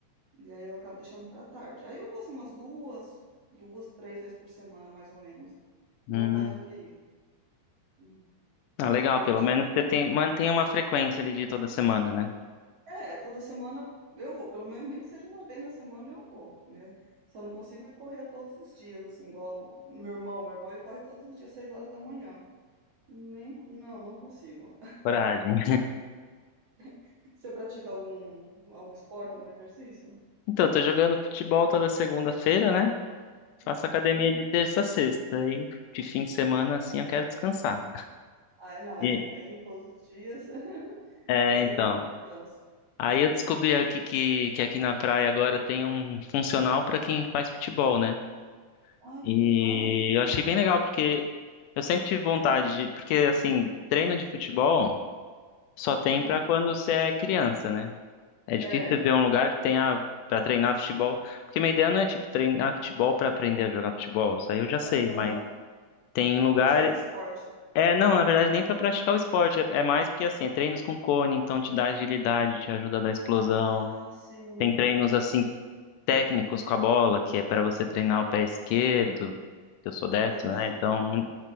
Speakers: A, on the right (about 45°); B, on the left (about 80°).
A: E aí eu acabo deixando pra tarde. Aí eu vou assim umas duas, duas, três vezes por semana, mais ou menos.
B: Uhum.
A: Não mais do que isso. Hum.
B: Ah, legal,
A: Tem
B: pelo
A: gente,
B: menos você tem, mantém uma frequência ali de toda semana, né?
A: É, toda semana eu vou, pelo menos nem que seja uma vez na semana eu vou, né? Só não consigo ir correr todos os dias, assim, igual meu irmão. Meu irmão ele corre todos os dias, seis horas da manhã. Nem, não, não consigo.
B: Coragem.
A: <laughs> Você pratica algum, algum esporte, algum exercício?
B: Então, eu tô jogando futebol toda segunda-feira, né?
A: Uhum.
B: Faço academia de terça a sexta. E de fim de semana, assim, eu quero descansar.
A: Ai, não,
B: E,
A: é também todos os dias, <laughs>
B: é,
A: precisa
B: então.
A: de um descanso.
B: Aí eu descobri aqui que, que aqui na praia agora tem um funcional para quem faz futebol, né?
A: Ah,
B: E
A: que legal.
B: eu achei bem legal porque eu sempre tive vontade de, porque assim, treino de futebol só tem
A: Hum,
B: para quando você é criança, né? É difícil
A: é,
B: você ver um lugar que tenha para treinar futebol, porque minha ideia não é tipo treinar futebol para aprender a jogar futebol, isso aí eu já sei,
A: aham,
B: mas tem
A: pra
B: lugar,
A: praticar o esporte.
B: é, não, na verdade nem para praticar o esporte, é, é mais porque assim, treinos com cone, então te dá agilidade, te ajuda a dar explosão.
A: Ah, sim,
B: Tem treinos assim técnicos com a bola, que é para você treinar o pé esquerdo, que eu sou destro,
A: entendi.
B: né? Então,